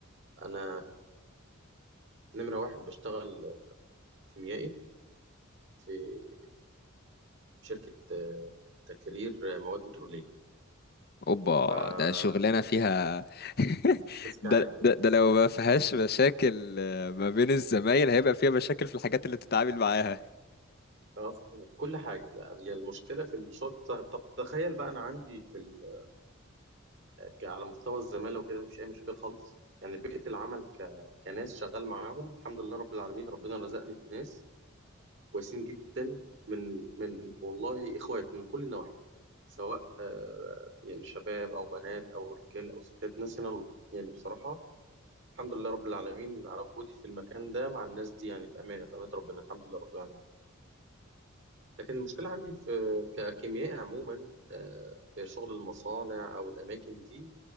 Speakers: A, on the right; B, on the left.
A: انا نمره واحد بشتغل كيميائي في شركه آه، تكرير مواد بتروليه
B: أوبا
A: فريسك
B: ده شغلانة فيها <laughs> ده,
A: عالي
B: ده, ده لو ما فيهاش مشاكل آه، ما بين الزمايل هيبقى فيها مشاكل في الحاجات اللي بتتعامل معاها
A: اه صحيح كل حاجه لا هي المشكله في الشغل طب تخيل بقى انا عندي في ال... ك- على مستوى الزماله وكده مفيش اي مشاكل خالص يعني بيئه العمل ك... كناس شغال معاهم الحمد لله رب العالمين ربنا رزقني بناس كويسين جدا من من والله اخوات من كل النواحي سواء آه، يعني شباب او بنات او رجال او ستات مثلا يعني بصراحه الحمد لله رب العالمين على وجودي في المكان ده مع الناس دي يعني بامانه بامانه ربنا الحمد لله رب العالمين لكن المشكله عندي في ككيمياء عموما آه، في شغل المصانع او الاماكن دي